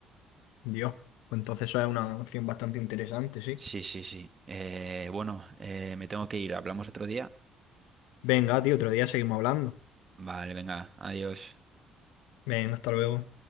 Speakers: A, on the left (about 75°); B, on the right (about 35°).
A: Dios. Pues entonces eso es una opción bastante interesante, sí.
B: Sí, sí, sí. Eh, bueno, eh, me tengo que ir. Hablamos otro día.
A: Venga, tío, otro día seguimos hablando.
B: Vale, venga, adiós.
A: Venga, hasta luego.